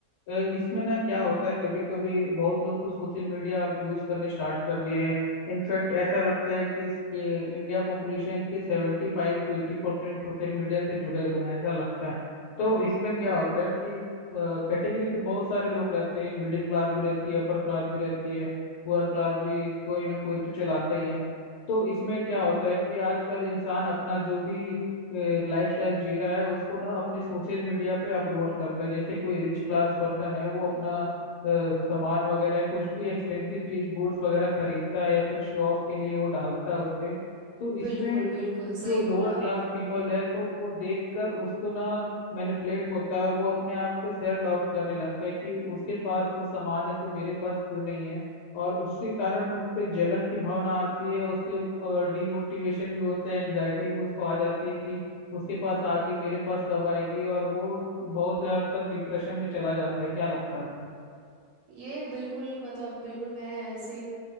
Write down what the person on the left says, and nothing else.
अ, इसमें ना क्या होता है कभी कभी बहुत लोग तो सोशल मीडिया अब यूज करने स्टार्ट कर दिए हैं इनफैक्ट ऐसा लगता है कि इस- ए, इंडिया पॉपुलेशन के सेवेंटी फाइव टू एटी परसेंट सोशल मीडिया से जुड़े हुए हैं ऐसा लगता है तो इसमें क्या
होता है कैटेगरी तो बहुत सारे लोग रहते हैं मिडिल क्लास भी रहती है अपर क्लास भी रहती है पुअर क्लास भी कोई ना कोई तो चलाता ही है तो इसमें क्या होता है कि आजकल इंसान अपना जो भी लाइफ स्टाइल जी रहा है उसको ना अपने सोशल मीडिया पे अपलोड करता है जैसे कोई रिच क्लास पर्सन है वो अपना अ, सामान वगैरह कुछ भी एक्सपेंसिव चीज गुड्स वगैरह खरीदता है या फिर शो ऑफ के लिए वो डालता है उस पे तो इसमें
जो लोअर
क्लास पीपल है तो वो देखकर उसको ना मैनिपुलेट होता है और वो अपने आप पे सेल्फ डाउट करने लगता है कि उसके पास वो सामान है तो मेरे पास क्यों नहीं है और उसके कारण उस पे जलन की भावना आती है उसके डिमोटिवेशन भी होता है एंग्जाइटी भी उसको आ जाती है कि उसके पास आके मेरे पास कब आएगी और वो बहुत हद तक डिप्रेशन में चला जाता है क्या लगता है आपको